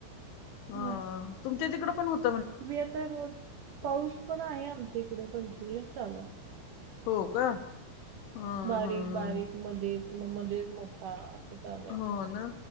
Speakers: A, on the right; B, on the left.
A: आ-
B: <inaudible> अ तुमच्या तिकड पण होत
A: मी आता रोज, पाऊस पण आहे आमच्या इकडं कंटिन्यू चालू आहे.
B: हो का. ह
A: बारीक,
B: ह
A: बारीक मध्येच म मध्येच मोठा असं चालत
B: हो ना.